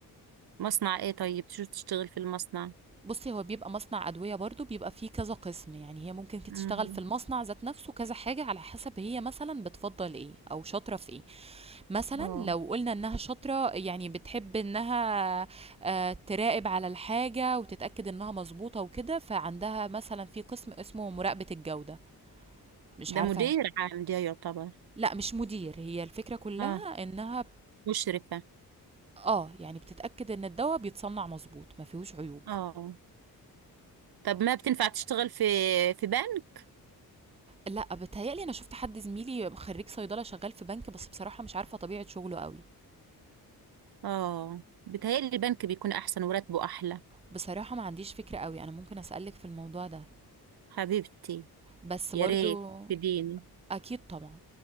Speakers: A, on the right (about 70°); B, on the right (about 15°).
A: مصنع ايه طيب شو تشتغل في المصنع
B: بصي هو بيبقى مصنع أدوية برضو بيبقى فيه كذا قسم يعني هي ممكن كت-
A: مم.
B: تشتغل في المصنع ذات نفسه كذا حاجة على حسب هي مثلا بتفضل ايه أو شاطرة في ايه مثلا
A: اه
B: لو قلنا انها شاطرة يعني بتحب انها آه، تراقب على الحاجة وتتأكد انها مظبوطة وكده فعندها مثلا في قسم اسمه مراقبة الجودة مش
A: ده
B: عارفة
A: مدير عام ده يعتبر
B: لا مش مدير هي الفكرة كلها
A: اه
B: انها
A: مشرفة
B: آه، يعني بتتأكد إن الدوا بيتصنّع مضبوط، ما فيهوش عيوب.
A: اه طب ما بتنفع تشتغل في في بنك
B: لأ، بيتهيأ لي أنا شُفت حد زميلي خرّيج صيدلة شغّال في بنك، بس بصراحة مش عارفة طبيعة شُغله أوي.
A: اه بتهيألي البنك بيكون أحسن وراتبه أحلى
B: بصراحة ما عنديش فكرة أوي، أنا ممكن أسألِك في الموضوع ده،
A: حبيبتي
B: بس
A: يا
B: برضه
A: ريت تديني
B: أكيد طبعًا.